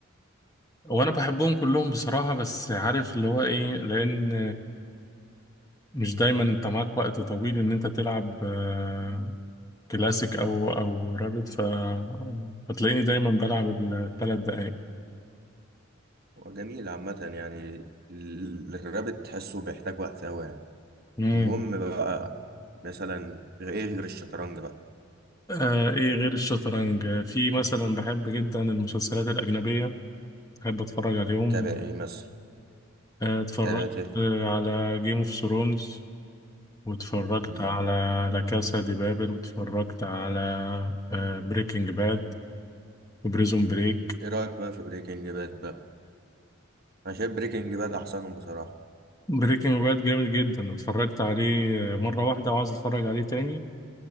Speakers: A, on the left; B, on the right.
A: وانا بحبهم كلهم بصراحة بس عارف اللي هو ايه لان مش دايما انت معاك وقت طويل ان انت تلعب آه، كلاسيك او او رابد ف فتلاقيني دايما بلعب الثلاث دقايق
B: هو جميل عامة يعني ال- الرابت تحسه بيحتاج وقت أوي يعني
A: مم.
B: المهم بقى مثلا غ- إيه غير الشطرنج بقى
A: آه ايه غير الشطرنج آه، في مثلا بحب جدا المسلسلات الأجنبية بحب اتفرج عليهم
B: تابع إيه مثلا
A: آه اتفرجت
B: تابع تلت
A: آه، على جيم اوف ثرونز واتفرجت
B: جميل
A: على لا كاسا دي بابل واتفرجت على آه بريكنج باد وبريزون بريك
B: إيه رأيك بقى في بريكنج باد بقى أنا شايف بريكنج باد أحسنهم بصراحة
A: بريكنج باد جامد جدا اتفرجت عليه مرة واحدة وعايز اتفرج عليه تاني